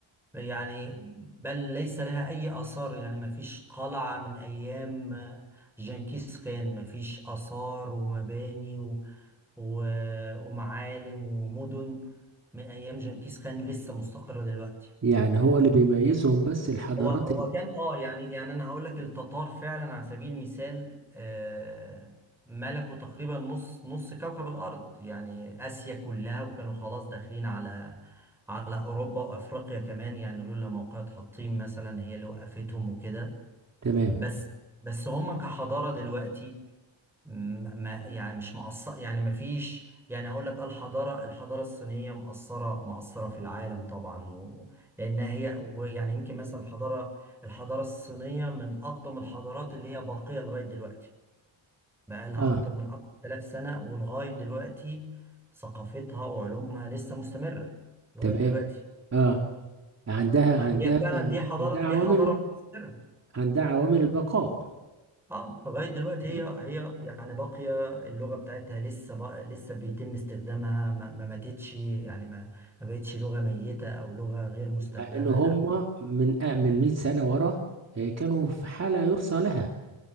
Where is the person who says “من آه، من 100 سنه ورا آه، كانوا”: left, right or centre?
Right